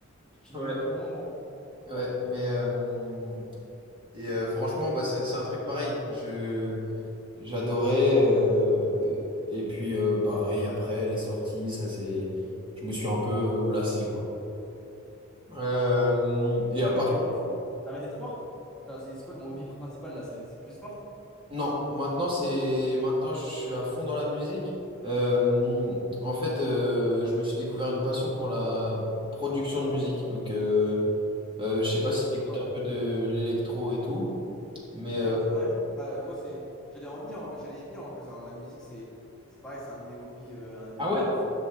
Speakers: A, in the centre; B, on the right.
A: Tu
B: ouais,
A: devais être vraiment bon
B: ouais, mais... euh, et euh, franchement, bah, c'est c'est un truc pareil. Je, j'adorais. euh, et puis, euh, pareil, après, les sorties, ça, c'est... Je me suis un peu euh, lassé, quoi. Euh, et à
A: Toi,
B: part
A: Actuellement, tu as arrêté le sport? Enfin, c'est c'est quoi ton hobby principal là? C'est c'est plus le sport?
B: Non, maintenant c'est maintenant je suis à fond dans la musique. Euh, en fait, euh, je me suis découvert une passion pour la production de musique. Donc, euh, euh, je sais pas
A: Ok,
B: si tu écoutes
A: ça va.
B: un peu de l'électro et tout, mais
A: J'écoute,
B: euh,
A: ouais. j'écoute. Bah, moi, c'est. J'allais en venir en plus. J'allais y venir en plus. hein. La musique, c'est c'est pareil, c'est un de mes hobbies, euh, un de
B: Ah
A: mes hobbies
B: ouais?
A: fa-